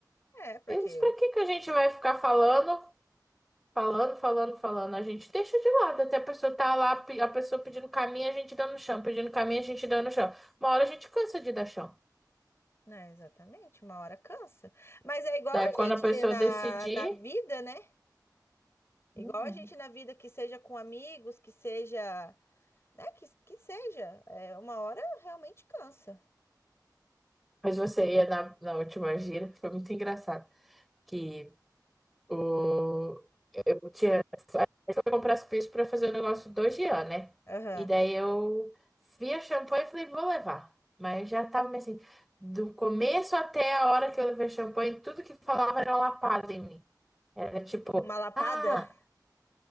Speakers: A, on the left; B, in the centre.
A: é, porque,
B: Eles, pra que que a gente vai ficar falando, falando, falando, falando? A gente deixa de lado até a pessoa tá lá, pe- a pessoa pedindo caminho, a gente dando chão, pedindo caminho, a gente dando chão. Uma hora a gente cansa de dar chão.
A: né, exatamente, uma hora cansa. Mas é igual
B: Daí
A: a gente
B: quando a pessoa
A: na,
B: decidir.
A: na vida, né? Igual
B: Uhum.
A: a gente na vida, que seja com amigos, que seja, né, que, que seja, é, uma hora realmente cansa.
B: Mas você ia na, na última gira, foi muito engraçado. Que o, eu tinha fui comprar as coisas pra fazer o negócio do Jean, né?
A: Aham.
B: E daí eu vi a champanhe e falei, vou levar. Mas já tava meio assim, do começo até a hora que eu levei champanhe, tudo que falava era uma lapada em mim. Era tipo,
A: É Uma lapada?
B: ah,